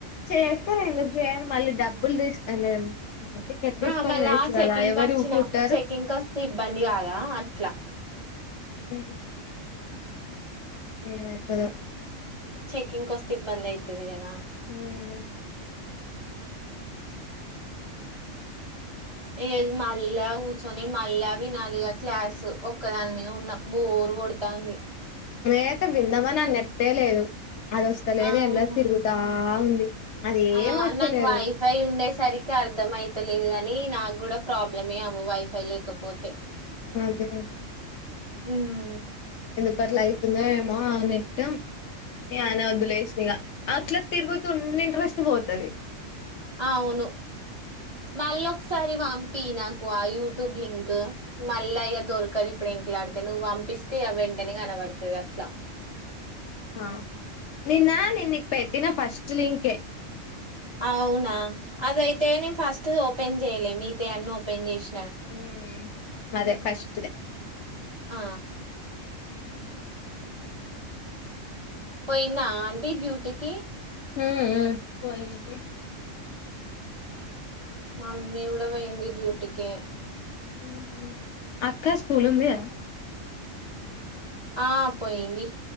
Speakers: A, on the left; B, on the right.
A: చేస్తారు ఎందుకు చేయ్యరు మళ్ళీ డబ్బులు తీసుకుంటా టికెట్ తీసుకని
B: ఆ! మళ్ళా
A: వేస్ట్
B: చెకింగ్‌కొచ్చిన
A: కదా ఎవరు కుట్టారు
B: చెకింగ్‌కొస్తే ఇబ్బంది కాదా? అట్లా.
A: ఉ ఏమైతదో
B: చెకింగ్ కోస్తే ఇబ్బంది ఐతది కదా
A: ఉమ్ ఉ
B: ఇక మళ్ళా కూర్చొని మళ్ళా వినాలి ఇగ క్లాసు ఒక్కదాన్ని ఉన్న బోర్ కొడతాంది.
A: <unintelligible> విందామని న్నెట్టే లేదు అది వస్తలేదు
B: ఆహా!
A: ఏమిలేద్ తిరుగుతా ఉంది. అది
B: ఆ
A: ఏం వస్తలేదు
B: నాకు వైఫై ఉండేస్ సరికి అర్ధం అయితలేదు కాని నాకు కూడా ప్రాబ్లమే అవవు వైఫై లేకపోతే
A: మంచిదే
B: ఉమ్
A: పర్ల అయితుంది ఏమో నెట్ ఐన వద్దులేస్తే ఇక అట్లా తిరుగుతున్న ఇంట్రెస్ట్ పోతది.
B: ఆ అవును. మళ్ళా ఒకసారి పంపి నాకు ఆ యూట్యూబ్ లింక్ మళ్లా ఇగ దొర్కదు ఇప్పుడెంకలా నువ్వు పంపిస్తే ఇక వెంటనే కనబడతది అట్లా
A: ఆ నిన్న నేన్నీక్ పెట్టిన ఫస్ట్ లింకే
B: అవునా అదయితే నేను ఫస్ట్ ఓపెన్ చెయ్యలే మీయితా అన్న ఓపెన్ చేస్
A: ఉహ్మ్ అదే ఫస్ట్ దే
B: ఆ పోయిందా ఆంటీ డ్యూటీకి
A: ఉ ఉ పోయింది
B: మమ్మీ కూడా పోయింది డ్యూటీకి
A: ఉహు అక్క స్కూల్ ఉంది కదా
B: ఆ పోయింది